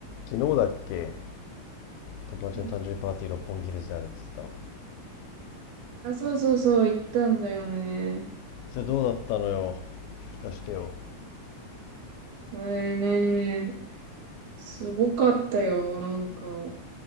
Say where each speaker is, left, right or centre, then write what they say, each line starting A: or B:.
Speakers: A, on the left (about 80°); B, on the right (about 75°).
A: 昨日だっけ友達の誕生日パーティー六本木ヒルズであるって言ってたの
B: うん。あ、そうそうそう、行ったんだよね。
A: それどうだったのよ聞かしてよ
B: これね、すごかったよ。なんか、